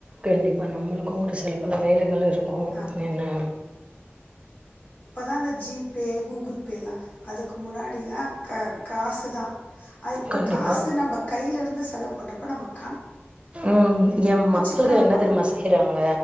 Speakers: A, on the right; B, on the left.
A: கண்டிப்பா நம்மளுக்கு ஒரு சில பல வேலைகள் இருக்கு
B: ஆமா
A: என்ன
B: அதா அந்த ஜி பே கூகுள் பே லா அதுக்கு முன்னாடியெல்லா கா காசுதா அ இப்ப
A: கண்டிப்பா
B: காசு நம்ம கைல இருந்து செலவு பண்றப்ப நமக்கு
A: ம் எ மக்கள்கள்
B: சிக்கன
A: என்ன
B: பண்ணணு
A: தெரிமா செய்யறாங்க